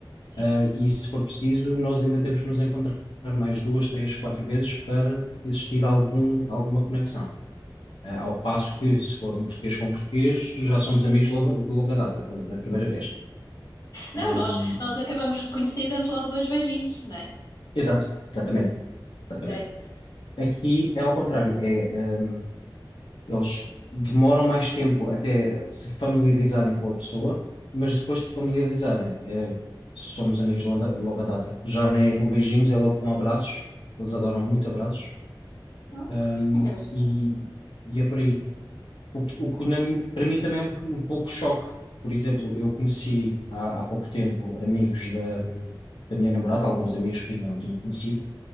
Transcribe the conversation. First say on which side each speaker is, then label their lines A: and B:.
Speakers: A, on the left; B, on the left.
A: Sim.
B: ah, e se for preciso, nós ainda temos que nos encontrar mais duas, três, quatro vezes para existir algum, alguma conexão. Ah, ao passo que, se for um português com português, já somos amigos de longa, de longa data, na, na primeira vez.
A: Não,
B: Ahm,
A: nós, nós acabamos de conhecer e damos logo dois beijinhos, não é?
B: exato, exatamente, exatamente.
A: É.
B: Aqui é ao contrário, é, ahm, eles demoram mais tempo até se familiarizarem com a pessoa, mas depois de familiarizarem, eh, somos amigos de longa, de longa data. Já nem é com beijinhos, é logo com abraços. Eles adoram muito abraços.
A: Não?
B: Ahm,
A: Engraçado.
B: e, e é por aí. O que, o que na- para mim também é um, um pouco choque. Por exemplo, eu conheci há, há pouco tempo amigos da, da minha namorada, alguns amigos que ainda não tinha conhecido,